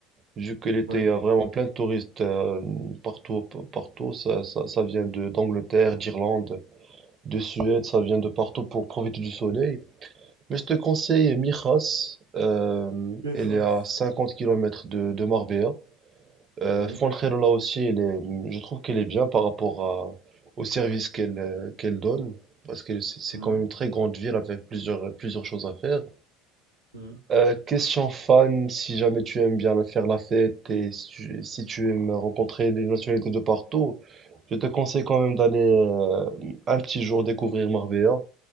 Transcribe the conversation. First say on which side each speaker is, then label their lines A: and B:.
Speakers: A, on the right; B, on the right.
A: Vu que l'été
B: Oui.
A: il y a vraiment plein de touristes euh, partout, p- partout, ça, ça, ça vient de d'Angleterre, d'Irlande, de Suède, ça vient de partout pour profiter du soleil. Mais je te conseille Mijas, euh,
B: Les
A: elle
B: races.
A: est à 50 km de, de Marbella. Euh,
B: Oui.
A: Fuencarral, là aussi, elle est- je trouve qu'elle est bien par rapport à- au service qu'elle euh, qu'elle donne, parce que c'est c'est
B: Hmm,
A: quand même une très grande ville avec plusieurs, plusieurs choses à faire.
B: hmm.
A: Euh, question fan, si jamais tu aimes bien faire la fête et si tu, si tu aimes rencontrer des nationalités de partout, je te conseille quand même d'aller euh, un petit jour découvrir Marbella,